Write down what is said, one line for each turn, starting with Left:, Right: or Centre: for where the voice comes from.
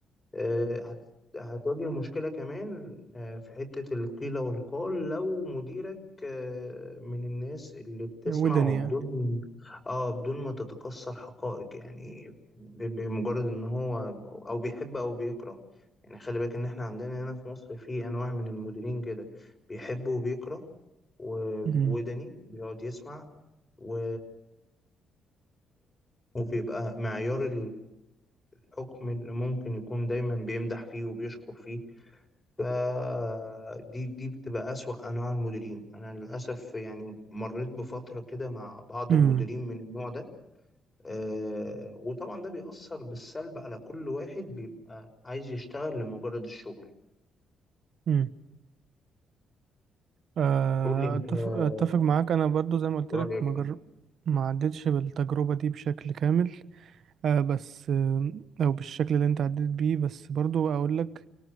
Left: آه، هت- هتواجه مشكلة كمان آه، في حتة القيل والقال لو مديرك آه، من الناس اللي بتسمع
Right: ودني
Left: وبدون
Right: يعني
Left: اه بدون ما تتقصى الحقائق يعني ب- بمجرد ان هو او بيحب او بيكره يعني خلي بالك ان احنا عندنا هنا في مصر في انواع من المديرين كده بيحب وبيكره ووداني
Right: مم.
Left: بيقعد يسمع و وبيبقى معيار حكم اللي ممكن يكون دايما بيمدح فيه وبيشكر فيه فدي دي بتبقى أسوأ أنواع المديرين أنا للأسف يعني مريت بفترة كده مع بعض
Right: مم.
Left: المديرين من النوع ده آه، وطبعا ده بيأثر بالسلب على كل واحد بيبقى عايز يشتغل لمجرد الشغل
Right: مم. آه،
Left: قول لي أنت
Right: أتفق
Left: آه،
Right: أتفق معاك أنا برضو زي ما قلت
Left: رأيك
Right: لك ما جر...
Left: إيه
Right: ما عدتش بالتجربة دي بشكل كامل آه بس آه أو بالشكل اللي أنت عديت بيه بس برضو أقول لك